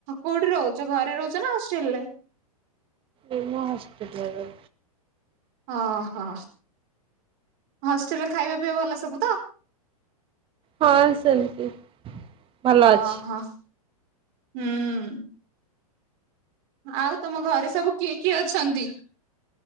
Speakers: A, on the right; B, on the right.
A: କୋଉଠି ରହୁଚ ଘରେ ରହୁଚ ନା ହଷ୍ଟେଲ ରେ?
B: ଏ ମୁଁ ହଷ୍ଟେଲେ ରେ।
A: ଓହୋ ହଷ୍ଟେଲରେ ଖାଇବା ପିଇବା ଭଲ ସବୁ ତ?
B: ହଁ ସେମିତି ଭଲ
A: ଓହୋ
B: ଅଛି।
A: ହୁଁ। ଆଉ ତମ ଘରେ ସବୁ କିଏ କିଏ ଅଛନ୍ତି?